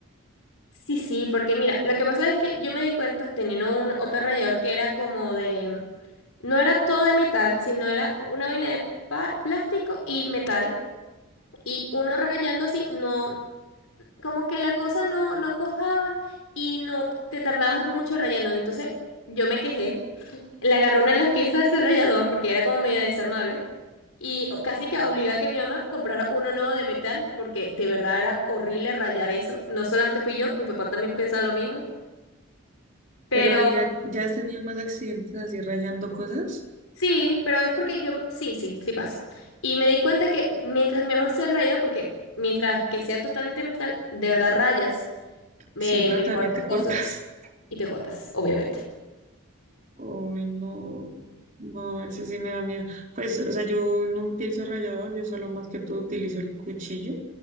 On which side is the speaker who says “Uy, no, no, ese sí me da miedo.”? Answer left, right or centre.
Right